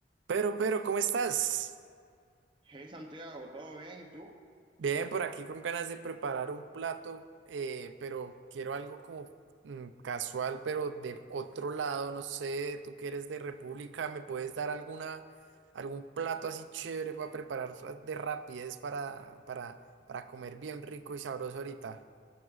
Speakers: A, on the right (about 85°); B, on the right (about 25°).
A: Pero, pero, ¿cómo estás?
B: Hey Santiago, ¿todo bien? ¿Y tú?
A: Bien, por aquí con ganas de preparar un plato, eh, pero quiero algo como mm, casual, pero de otro lado, no sé, tú que eres de República, ¿me puedes dar alguna, algún plato así chévere para preparar ra- de rapidez para, para, para comer bien rico y sabroso ahorita?